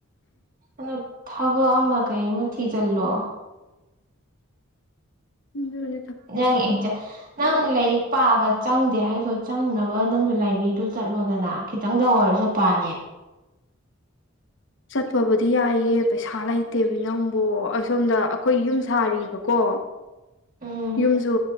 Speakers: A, on the right (about 45°); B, on the left (about 65°).
A: ꯑꯗꯣ ꯊꯕꯛ ꯑꯃ ꯀꯔꯤꯝ ꯊꯤꯖꯤꯜꯂꯣ
B: ꯑꯗꯨꯅꯤ
A: ꯅꯪ ꯑꯦꯛꯖꯥ ꯅꯣ ꯂꯩꯔꯤꯛ ꯄꯥꯕ ꯆꯪꯗꯦ ꯍꯥꯏꯗꯣ ꯆꯪꯅꯕ ꯅꯪꯁꯨ ꯂꯥꯏꯕ꯭ꯔꯦꯔꯤꯗꯣ ꯆꯠꯂꯣꯗꯅ ꯈꯤꯇꯪꯗ ꯑꯣꯏꯔꯁꯨ ꯄꯥꯅꯤ
B: ꯆꯠꯄꯕꯨꯗꯤ ꯌꯥꯏꯌꯦ ꯄꯩꯁꯥ ꯂꯩꯇꯦꯃꯤ ꯅꯪꯕꯣ ꯑꯁꯣꯝꯗ ꯑꯩꯈꯣꯏ ꯌꯨꯝ ꯁꯥꯔꯤꯕꯀꯣ
A: ꯎꯝ
B: <unintelligible> ꯌꯨꯝꯁꯨ